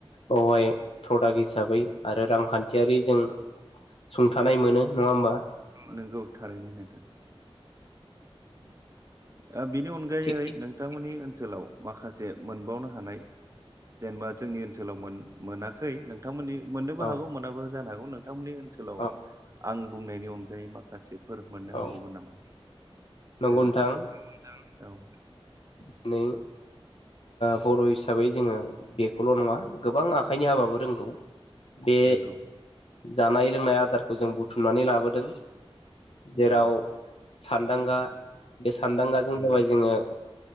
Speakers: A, on the left (about 70°); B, on the right (about 35°).
A: बावहाय प्रडाक्ट हिसाबै आरो रांखान्थियारि जों सुंथानाय मोनो नङा होमबा
B: नोंगौ थारैनो नोंथां <unintelligible> ओ बिनि अनगायै
A: थिग
B: नोंथांमोननि ओनसोलाव माखासे मोनबावनो हानाय जेनबा जोंनि ओनसोलाव मोन मोनाखै नोंथांमोननि मोननोबो
A: औ
B: हागौ मोनाबो जानो हागौ नों थांमोननि ओनसोलाव
A: औ
B: आं बुंनायनि अनगायै माखासे फोर मोननो
A: औ
B: हाबावगोन नामा?
A: नंगौ
B: जों
A: नोंथां
B: औ
A: ओ <unintelligible> <unintelligible> ओ बर' हिसाबै जोङो बेखौल' नङा गोबां आखाइनि हाबाबो रोंगौ बे
B: नंगौ
A: जानाय लोंनाय आदारखौ जों बुथुमनानै लाबोदों जेराव
B: नंगौ
A: सानदांगा बे सानदांगाजों
B: नंगौ
A: दबाय जोङो